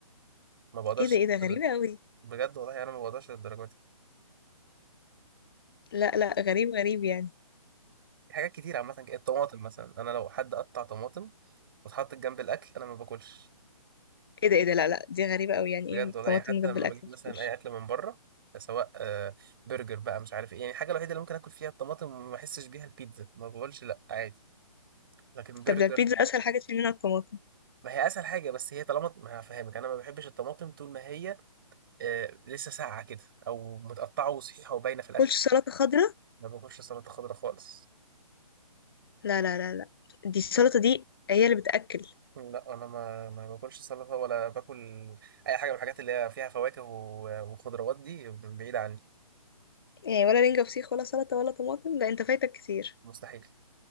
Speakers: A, on the right; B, on the left.
A: ما بقدرش
B: ايه ده ايه ده غريبه
A: للدرجة دي.
B: قوي
A: بجد والله أنا ما بقدرش للدرجة دي
B: لا لا غريب غريب يعني
A: في حاجات كتير عامة كده الطماطم مثلا أنا لو حد قطع طماطم واتحطت جنب الأكل أنا ما باكلش
B: ايه ده ايه ده لا لا دي غريبة قوي يعني
A: بجد
B: ايه
A: والله
B: طماطم
A: يعني حتى
B: جنب
A: لما
B: الاكل
A: بجيب
B: ما
A: مثلا
B: بتاكلش
A: أي أكل من بره سواء آه، برجر بقى مش عارف إيه يعني الحاجة الوحيدة اللي ممكن آكل فيها الطماطم وما أحسش بيها البيتزا ما بقولش لأ عادي لكن برجر
B: طب ده البيتزا اسهل حاجة تشيل منها الطماطم
A: ما هي اسهل حاجه بس هي طالما ما هفهمك انا ما بحبش الطماطم طول ما هي آه لسه ساقعة كده أو متقطعة وصحيحة وباينة في الأكل
B: كلش سلطة خضراء
A: ما باكلش سلطة خضراء خالص
B: لا لا لا لا دي السلطة دي هي اللي بتأكل
A: لا أنا ما ما باكلش سلطة ولا باكل أي حاجة من الحاجات اللي هي فيها فواكه و- وخضروات دي بعيدة عني
B: يعني ولا رنجة فسيخ ولا سلطة ولا طماطم لا انت فايتك كتير
A: مستحيل